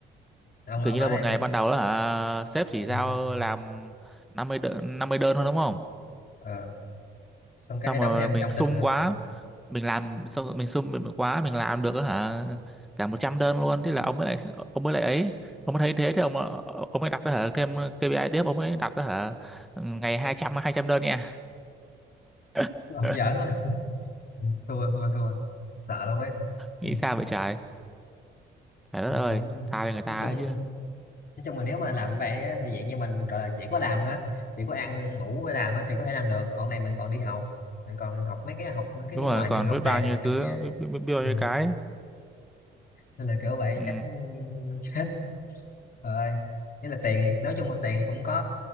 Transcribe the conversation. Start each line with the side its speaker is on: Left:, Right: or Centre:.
Left: ông ông
Centre: kiểu như
Left: nói
Centre: là một
Left: đây
Centre: ngày ban đầu đó hả sếp chỉ giao
Left: ừ.
Centre: làm 50 đơn năm mươi đơn thôi đúng không
Left: ờ. xong cái
Centre: xong
Left: hay
Centre: rồi
Left: đóng thêm
Centre: mình
Left: trăm
Centre: sung
Left: lần nữa
Centre: quá mình làm xong rồi mình sung mình quá mình làm được á hả cả 100 đơn luôn thế là ông mới lại ông mới lại ấy ông mới thấy thế thì ông ông mới đặt đó hả thêm KPI tiếp ông mới đặt đó hả ngày hai trăm hai trăm đơn nha <laughs>
Left: ông giỡn á Ừ, thua thua thua sợ luôn ấy
Centre: nghĩ
Left: Ừ.
Centre: sao vậy trời trời đất
Left: Rồi
Centre: ơi
Left: kiểu
Centre: tha cho người ta
Left: nói chung
Centre: ấy chứ
Left: nói chung mà nếu mà làm vậy á, thì dạng như mình gọi là chỉ có làm hết chỉ có ăn ngủ với làm á, thì có thể làm được còn này mình còn đi học mình còn học mấy cái học mấy cái
Centre: đúng rồi
Left: ngoài
Centre: còn
Left: như là học
Centre: biết
Left: đàn
Centre: bao nhiêu
Left: học này
Centre: cứ
Left: kia
Centre: biết, biết, biết bao
Left: ừ.
Centre: nhiêu cái
Left: nên là kiểu vậy
Centre: ừ,
Left: chắc <laughs> chết rồi nghĩa là tiền thì nói chung là tiền thì cũng có